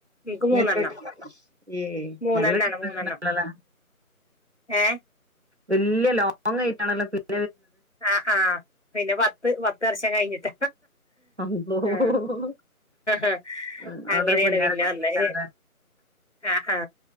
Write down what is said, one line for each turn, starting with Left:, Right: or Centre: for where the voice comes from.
Left: ഇൻക്ക്
Right: ഇനി
Left: മൂന്നെണ്ണം
Right: എത്ര കുട്ടി ഏ
Left: മൂന്നെണ്ണാണ്
Right: നല്ല <unintelligible>
Left: മൂന്നെണ്ണം
Right: നല്ലല
Left: ഏ
Right: വല്ല്യ ലോങ് ആയിട്ടാണല്ലോ <inaudible>
Left: ആ ആ പിന്നെ പത്ത് പത്ത് വർഷം കഴിഞ്ഞിട്ട
Right: അള്ളോ
Left: ആ അ ആ
Right: ഉം അവിടൊരു
Left: അങ്ങനെയാണ്
Right: പുന്നാരക്കുട്ടി
Left: പിന്നെ വന്നെ
Right: ഉണ്ടാവുല്ലേ
Left: ആ ആ